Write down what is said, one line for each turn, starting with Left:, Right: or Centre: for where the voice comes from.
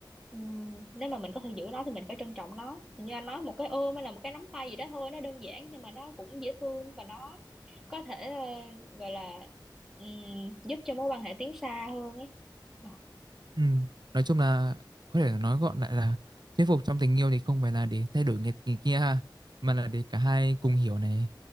Centre: ừm, nếu mà mình có thể giữ nó thì mình phải trân trọng nó Thì như anh nói một cái ôm hay là một cái nắm tay gì đó thôi nó đơn giản nhưng mà nó cũng dễ thương và nó có thể ờ, gọi là ừm, giúp cho mối quan hệ tiến xa hơn ấy Ờ,
Right: ừ. nói chung là có thể nói gọn lại là thuyết phục trong tình yêu thì không phải là để thay đổi người, người kia ha mà là để cả hai cùng hiểu này